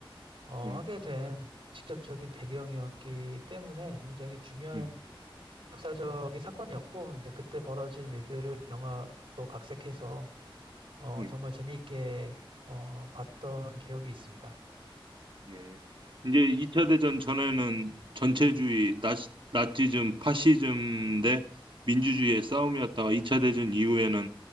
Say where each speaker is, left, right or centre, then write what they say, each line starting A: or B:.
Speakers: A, on the right; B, on the right.
A: 어,
B: 예,
A: 하게 된 직접적인 배경이었기 때문에 굉장히 중요한
B: 예,
A: 역사적인 사건이었고 이제 그때 벌어진 일들을 영화로 각색해서 어,
B: 예.
A: 정말 재미있게 어, 봤던 기억이 있습니다.
B: 예. 이제 2차 대전 전에는 전체주의, 나, 나치즘, 파시즘 대 민주주의의 싸움이었다가 2차 대전 이후에는